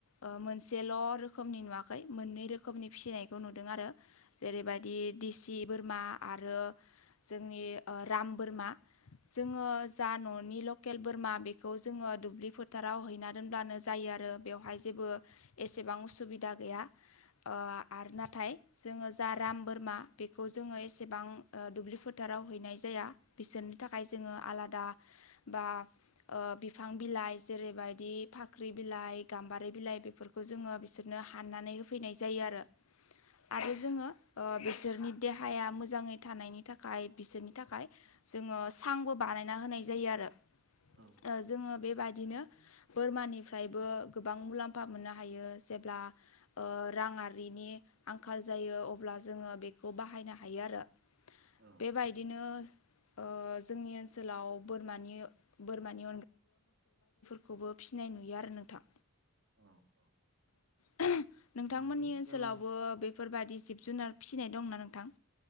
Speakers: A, on the left; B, on the right.
A: ओ मोनसेल' रोखोमनि नुवाखै मोननै रोखोमनि फिसिनायखौ नुदों आरो। जेरैबायदि दिसि बोरमा आरो जोंनि ओ राम बोरमा जोंङो जा न'नि लकेल बोरमा बेखौ जोंङो दुब्लि फोथाराव हैना दोनब्लानो जायो आरो बेवहाय जेबो एसेबां उसुबिदा गैया। ओ आरो नाथाय जोङो जा राम बोरमा बेखौ जोङो एसेबां ओ दुब्लि फोथाराव हैनाय जाया बिसोर थाखाय जोङो आलादा बा ओ बिफां बिलाइ जेरैबायदि फाख्रि बिलाइ गाम्बारि बिलाइ बेफोरखौ जोङो बिसोरनो हाननानै होफैनाय जायो आरो। आरो जोङो ओ बिसोरनि देहाया मोजाङै थानायनि थाखाय बिसोरनि थाखाय जोंङो सांबो बानायना होनाय जायो आरो ओ
B: औ
A: जोंङो बेबादिनो बोरमानिफ्रायबो गोबां मुलाम्फा मोननो हायो जेब्ला ओ रांआरिनि आंखाल जायो अब्ला जोंङो बेखौ बाहायनो हायो आरो।
B: औ
A: बेबायदिनो
B: औ
A: ओ जोंनि ओनसोलाव बोरमानि बोरमानि खौबो फिनाय नुयो आरो नोंथां।
B: औ
A: <unintelligible> नोंथांमोननि
B: नंगौ
A: ओनसोलावबो
B: दा
A: बेफोरबादि जिब जुनार फिसिनाय दंना नोंथां?